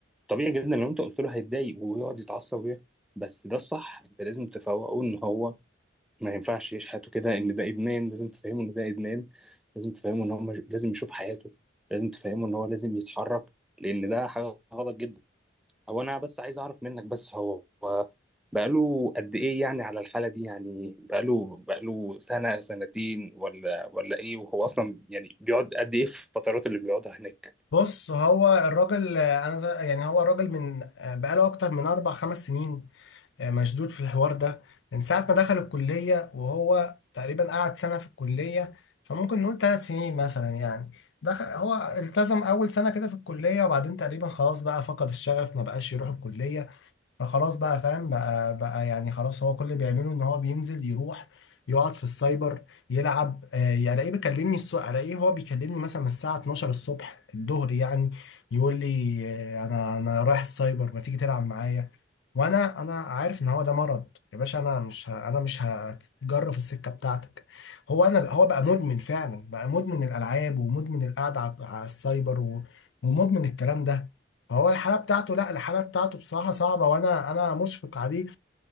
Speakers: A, in the centre; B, on the left.
A: طبيعي جدا لو انت قلت له هيتضايق ويقعد يتعصب ويه. بس ده الصح انت لازم تفوقه ان هو ما ينفعش يعيش حياته كده ان ده ادمان لازم تفهمه ان ده ادمان لازم تفهمه ان هو مش... لازم يشوف حياته لازم تفهمه ان هو لازم يتحرك لان ده حاجه غلط جدا هو انا بس عايز اعرف منك بس هو هو بقاله قد ايه يعني على الحالة دي يعني بقاله بقاله سنة سنتين ولا ولا ايه وهو اصلا يعني بيقعد قد ايه في الفترات اللي بيقعدها هناك
B: بص هو الراجل آه، انا زي- يعني هو الراجل من آه، بقاله اكتر من اربع خمس سنين آه، مشدود في الحوار ده من ساعة ما دخل الكلية وهو تقريبا قعد سنة في الكلية فممكن نقول ثلاث سنين مثلا يعني دخل هو التزم أول سنة كده في الكلية وبعدين تقريبا خلاص بقى فقد الشغف ما بقاش يروح الكلية فخلاص بقى فاهم بقى بقى يعني خلاص هو كل اللي بيعمله ان هو بينزل يروح يقعد في السايبر يلعب آه يعني الاقيه بيكلمني الصبح الاقيه هو بيكلمني مثلا الساعة 12 الصبح الظهر يعني يقول لي آه انا انا رايح السايبر ما تيجي تلعب معايا وانا انا عارف ان هو ده مرض يا باشا انا مش ه... انا مش هتجرف السكة بتاعتك هو انا هو بقى مدمن فعلا بقى مدمن الالعاب ومدمن القعدة على على السايبر و... ومدمن الكلام ده هو الحالة بتاعته لا الحالة بتاعته بصراحة صعبة وانا انا مشفق عليه